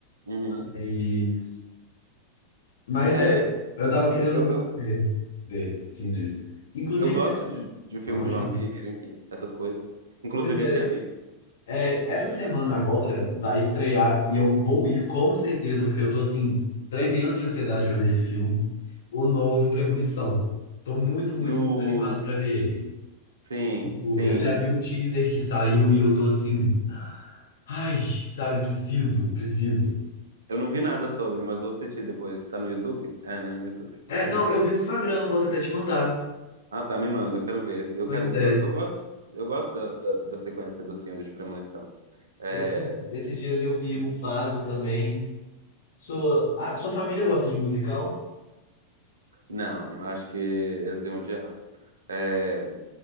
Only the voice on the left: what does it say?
Mas, mas
é, eu tava querendo
muito
ver, ver Sinners. Inclusive,
Não baixou.
Pois é.
É, essa semana agora vai estrear e eu vou ir com certeza, porque eu tô assim, tremendo de ansiedade pra ver esse filme. O novo Premonição. Tô muito, muito,
muito animado pra ver ele.
O-
Eu já vi um teaser que saiu e eu tô assim, ai, sabe, preciso, preciso.
É,
não, eu vi no Instagram, posso até te mandar.
Pois
é.
Esse- Esses dias eu vi
Mufasa também. Sua, ah, sua família gosta de musical?